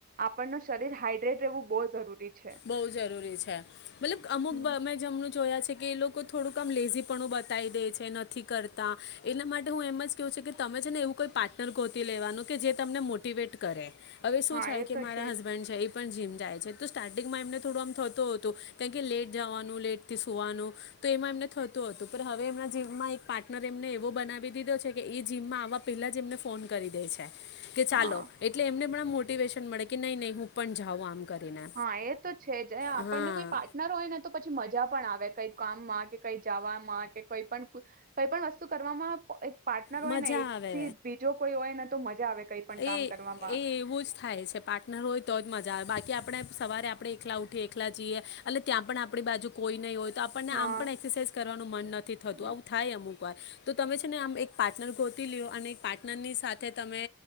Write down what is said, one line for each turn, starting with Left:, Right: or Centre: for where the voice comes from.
Right: આપણ ને શરીર હાઈડ્રેટ રહેવું બહુ જરૂરી છે
Left: બેય જરૂ જરૂરી છે. મતલબ અમુક
Right: હમ.
Left: બ મે જમરૂક જોયા છે કે એ લોકો થોડુંક આમ લેઝીપણું બતાઈ દે છે નથી કરતા, એના માટે હું એમ જ કેઉ છું કે તમે છે ને એવું કોઈ પાર્ટનર ગોતી લેવાનું કે જે તમને મોટિવેટ કરે. અવે શું
Right: હા
Left: છેય
Right: એ
Left: કે
Right: તો
Left: મારા
Right: છે
Left: હસબન્ડ
Right: જ
Left: છે ઈ પણ જીમ જાય છે તો સ્ટાર્ટિંગમાં એમને થોડું આમ થતું અતું કાણ કે લેટ જવાનું લેટથી સુવાનું તો એમાં એમને થતું અતું, પણ હવે એમના જીમમાં એક પાર્ટનર એમને એવો બનાવી દીધો છે કે એ જીમમાં આવવા પહેલા જ એમને ફોન કરી દે છે. કે
Right: હા
Left: ચાલો એટલે એમને પણ આમ મોટીવેશન મળે કે નઈ નઈ હું પણ જાઉં આમ કરીને.
Right: હા એ તો છે જ એ આપણને
Left: હા
Right: કોઈ પાર્ટનર હોય ને તો પછી મજા પણ આવે. કઈ કામમાં કે કઈ જાવામાં કે કંઈ પણ કંઈ પણ વસ્તુ કરવામાં એક પાર્ટનર હોય
Left: મજા
Right: ને એજ
Left: આવે
Right: થી જ બીજો કોઈ હોય ને તો મજા આવે. કઈ પણ કામ
Left: એ
Right: કરવામાં
Left: એ એવું જ થાય છે પાર્ટનર હોય તો જ મજા આવે બાકી આપણે સવારે આપણે એકલા ઉઠીએ એકલા જીએ અને ત્યાં પણ આપડી બાજુ કોઈ નઈ હોય તો આપણને
Right: હા
Left: આમ પણ એક્સરસાઇઝ કરવાનું મન નથી થતું
Right: હમ,
Left: આવું થાય અમુક વાર, તો તમે છે ને આમ એક પાર્ટનર ગોતી લ્યો અને એ પાર્ટનરની સાથે તમે